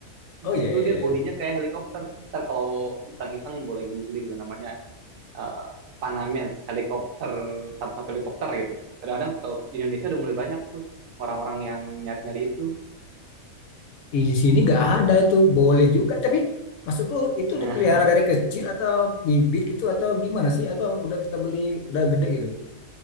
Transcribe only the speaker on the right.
Nah,
itu
dia
bodinya kayak helikopter. Ntar kalau iseng-iseng boleh googling lah namanya eh, Panamens, helikopter, sub-sub helikopter gitu. Kadang-kadang tau, di Indonesia udah mulai banyak tuh orang-orang yang nyari-nyari itu.
Nah,